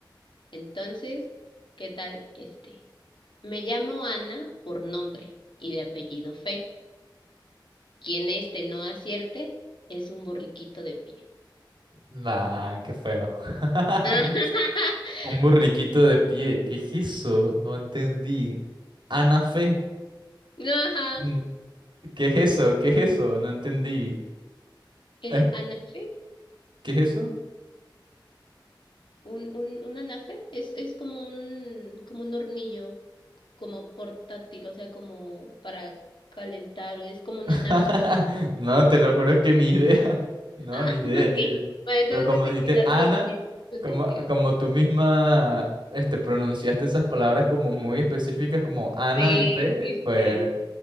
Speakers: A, on the left; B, on the right.
A: Entonces, ¿qué tal este? Me llamo Ana por nombre y de apellido Fe. Quien este no acierte es un borriquito de pie.
B: Nah, qué feo. <laughs>
A: <laughs>
B: Un burriquito de pie, ¿qué es eso? No entendí. Ana Fe,
A: Ajá.
B: mm, ¿qué es eso? ¿Qué es eso? No entendí.
A: El
B: Eh,
A: anafe,
B: ¿Qué es eso?
A: un, un, un anafe es, es como un, como un hornillo. como portátil, o sea, como para calentar, o es como una
B: <laughs>
A: anafre,
B: No, te lo juro que ni idea.
A: ¿no?
B: <laughs> No,
A: Ah,
B: ni idea,
A: <laughs> ok.
B: ni idea.
A: Bueno,
B: Pero
A: entonces
B: como
A: ese
B: dijiste
A: quizás
B: Ana,
A: no tenía mucho
B: como,
A: sentido.
B: como tú misma este, pronunciaste esas palabras como muy específicas, como Ana
A: Sí,
B: y Fe,
A: sí,
B: pues,
A: sí.